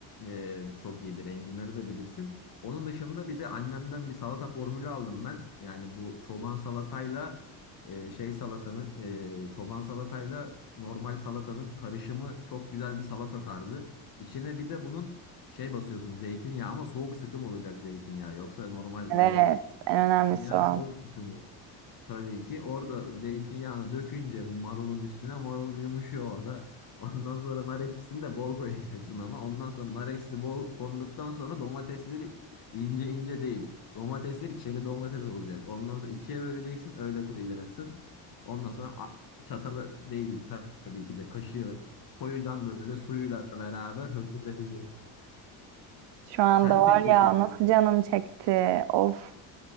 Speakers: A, on the left; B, on the right.
A: e, çok iyidir. Enginarı da bilirsin. Onun dışında bir de annemden bir salata formülü aldım ben. Yani bu çoban salatayla e, şey salatanın e, çoban salatayla normal salatanın karışımı çok güzel bir salata tarzı. İçine bir de bunun şey basıyorsun zeytinyağı ama soğuk sıkım olacak zeytinyağı. Yoksa normal
B: Evet,
A: böyle
B: en önemlisi
A: ya
B: o.
A: soğuk sıkım Tabii ki orada zeytinyağını dökünce bu marulun üstüne marul bir yumuşuyor orada. Ondan sonra nar ekşisini de bol koyacaksın ama ondan sonra nar ekşisi bol konduktan sonra domatesleri ince ince değil. Domatesleri çeri domates olacak. Ondan sonra ikiye böleceksin öyle koyacaksın. Ondan sonra a- çatalı değil tabii ki de kaşığı koyacaksın böyle suyuyla beraber höpürteceksin.
B: Şu anda
A: Sen
B: var
A: peki
B: ya nasıl canım çekti. Of.